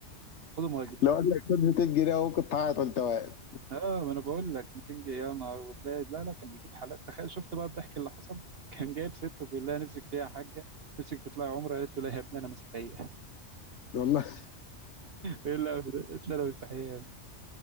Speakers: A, on the right (about 55°); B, on the left (about 70°).
A: خدوا مهاجرين
B: لو قال لك خد 200 جنيه اهو كنت هعيط وانت واقف
A: اه ما انا بقول لك 200 جنيه يا نهار وتلاقي لا لا كان بيجيب حالات تخيل شفت بقى الضحك اللي حصل <laughs> كان جايب ست وبيقول لها نفسك فيها يا حاجه نفسك تطلعي عمره قالت له لا يا ابني انا مسيحيه <laughs>
B: والله
A: لا قلت له انا مسيحيه